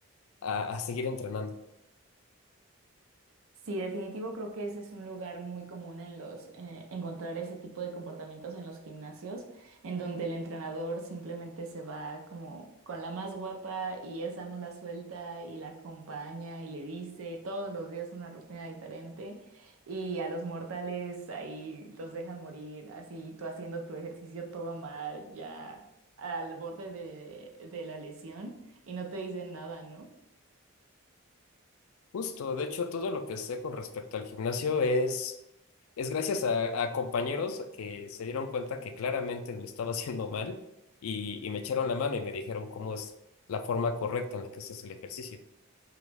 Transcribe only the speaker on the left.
a, a seguir entrenando.
Justo, de hecho, todo lo que sé con respecto al gimnasio es, es gracias a, a compañeros que se dieron cuenta que claramente lo estaba <laughs> haciendo mal y, y me echaron la mano y me dijeron cómo es la forma correcta en la que se el ejercicio.